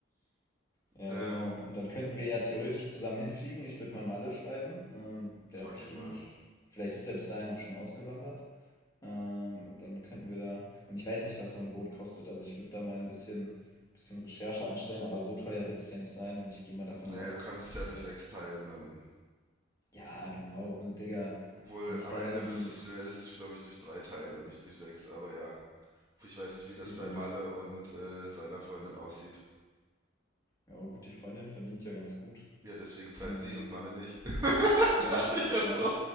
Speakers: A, on the left (about 20°); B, on the right (about 20°).
A: Ja,
B: Ähm,
A: genau. Und dann könnten wir ja theoretisch zusammen hinfliegen. Ich würde mal Malle schreiben. Ähm,
B: frag
A: der hat bestimmt,
B: ihn mal.
A: vielleicht ist der bis dahin auch schon ausgewandert. Ähm, und dann könnten wir da, und ich weiß nicht, was so ein Boot kostet. Also ich würde da mal ein bisschen, bisschen Recherche anstellen, aber so teuer wird es ja nicht sein. Und ich gehe mal davon
B: Naja,
A: aus,
B: du kannst es ja durch
A: dass,
B: sechs teilen, dann.
A: ja, genau. Und Digga,
B: Obwohl,
A: wenn ich
B: am
A: da
B: Ende
A: dann die,
B: wirst du es realistisch, glaube ich, durch drei teilen und nicht durch sechs, aber ja. Ich weiß nicht, wie das
A: wieso
B: bei
A: durch,
B: Malle und äh, seiner Freundin aussieht.
A: ja gut, die Freundin verdient ja ganz gut.
B: Ja, deswegen zahlt
A: Äh,
B: sie und Malle nicht. <laughs>
A: ja,
B: Dachte ich jetzt
A: ja.
B: so.